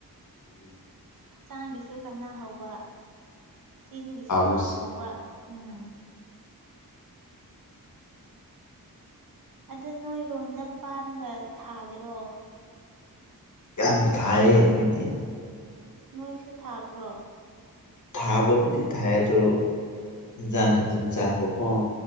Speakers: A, on the left; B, on the right.
A: ꯑꯗꯨ
B: ꯍꯛꯆꯥꯡꯒꯤꯁꯨ ꯀꯥꯟꯅꯍꯧꯕ ꯆꯤꯟꯒꯤꯁꯨ
A: ꯍꯥꯎꯅ
B: ꯍꯥꯎꯍꯧꯕ ꯎꯝ ꯑꯗꯨ ꯅꯣꯏꯔꯣꯝꯗ ꯄꯥꯟꯒ ꯊꯥꯗꯔꯣ
A: ꯌꯥꯝ ꯊꯥꯏꯌꯦ ꯑꯩꯈꯣꯏꯗꯤ
B: ꯅꯣꯏꯁꯨ ꯊꯥꯕ꯭ꯔꯣ
A: ꯊꯥꯕꯕꯨꯗꯤ ꯊꯥꯏ ꯑꯗꯣ ꯌꯦꯟꯖꯥꯡ ꯈꯛꯇꯪ ꯆꯥꯕꯀꯣ